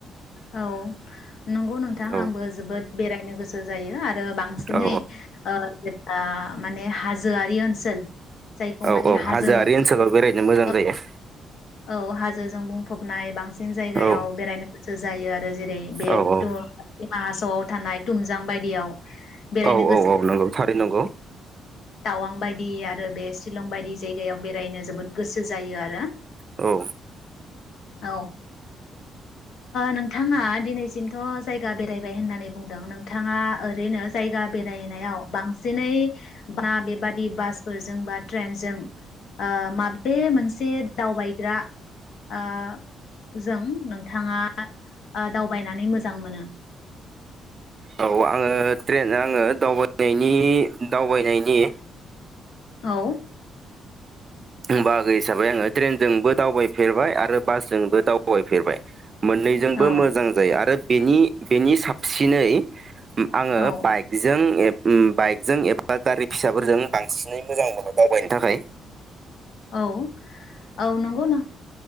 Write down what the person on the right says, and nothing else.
औ
औ
औ
औ
हाजोआरि ओनसोलाव बेरायनो मोजां
जायो
औ
औ औ
औ औ औ नंगौ थारै नंगौ
औ
औ आङो ट्रेन आङो दावबायनायनि दावबायनायनि
बाहागो हिसाबै आङो ट्रेनजोंबो दावबायफेरबाय आरो बासजोंबो दावबायफेरबाय मोननैजोंबो
मोजां जायो आरो बेनि बेनि साबसिनै आङो
बाइकजों ओम बाइकजों एबा गारि फिसाफोरजों बांसिनै मोजां मोनो दावबायनो थाखाय